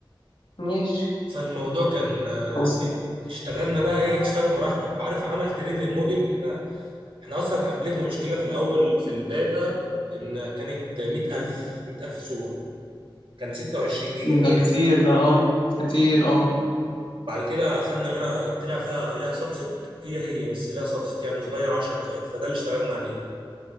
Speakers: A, on the left; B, on the right.
A: ماشي
B: فالموضوع كان آه،
A: بس
B: إن إنت- اشتغلنا بقى ايه تشتغل براحتك وعارف عمل ترين للموديل احنا احنا اصلا قابلتنا مشكلة في الاول في الداتا ان كانت 100000 100000 صورة كان 26 جيجا باين
A: ده كتير ده اه كتير اه
B: بعد كده خدنا منها طلع فيها ليها سبست هي هي بس ليها سبست يعني صغير 10000 فده اللي اشتغلنا